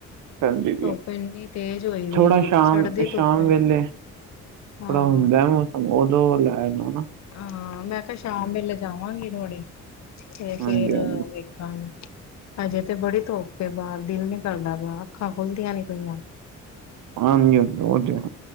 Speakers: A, on the right; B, on the left.
A: ਪੈਂਦੀ ਪਈ
B: ਧੁੱਪ
A: ਵੇ
B: ਇੰਨੀ ਤੇਜ਼ ਹੋਈ ਦੀ
A: ਥੋੜਾ
B: ਏ
A: ਸ਼ਾਮ-ਸ਼ਾਮ
B: ਸੜਦੀ ਧੁੱਪ ਏ
A: ਵੇਲੇ ਥੋੜਾ
B: ਹਾਂ
A: ਹੁੰਦਾ ਮੌਸਮ ਉਦੋਂ ਲੈਣ ਜਾਨਾ।
B: ਹਾਂ ਮੈਂ ਕਿਆ ਸ਼ਾਮ ਵੇਲੇ ਜਾਵਾਂਗੀ ਥੋੜੇ ਤੇ
A: ਹਾਂਜੀ,
B: ਫੇਰ
A: ਹਾਂਜੀ,
B: ਵ ਹਾਂ ਹਜੇ ਤੇ ਬੜੀ ਧੁਪ ਏ ਬਾਰ ਦਿਲ ਨੀ ਕਰਦਾ ਵ ਅੱਖਾਂ ਖੁੱਲਦੀਆਂ ਨਈ ਪਈਆਂ।
A: ਹਾਂਜੀ ਓ ਤੇ ਹੈ।